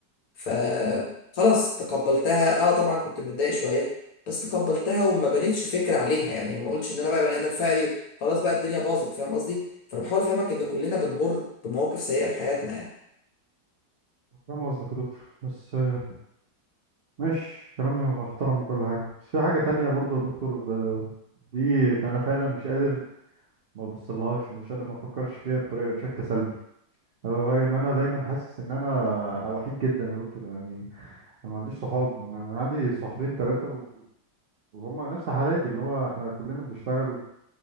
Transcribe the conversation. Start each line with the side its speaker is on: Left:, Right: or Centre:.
Left: فخلاص تقبلتها اه طبعا كنت متضايق شويه بس تقبلتها وما بنيتش فكره عليها يعني ما قلتش ان انا بقى بني ادم فقري خلاص بقى الدنيا باظت فاهم قصدي فانا بحاول افهمك ان كلنا بنمر بمواقف سيئه في حياتنا يعني
Right: فاهم قصدك يا دكتور بس آه، ماشي كلامي محترم وكل حاجة بس في حاجة تانية برضو يا دكتور آه، دي فأنا فعلا مش قادر ما ببصلهاش ومش قادر ما أفكرش فيها بطريقة بشكل سلبي ألا وهي إن أنا دايما حاسس إن أنا أنا وحيد جدا يا دكتور يعني أنا ما عنديش صحاب أنا عندي صحابين تلاتة و- وهما نفس حالاتي اللي هو إحنا كلنا بنشتغل